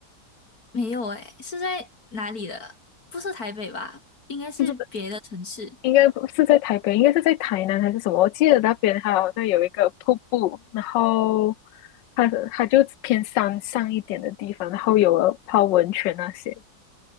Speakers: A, on the left (about 55°); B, on the left (about 85°).
A: 没有诶，是在哪里的？不是台北吧？应该是别的城市，
B: 就是应该不是在台北，应该是在台南还是什么？我记得那边它好像有一个瀑布，然后它它就偏山上一点的地方，然后有了泡温泉那些。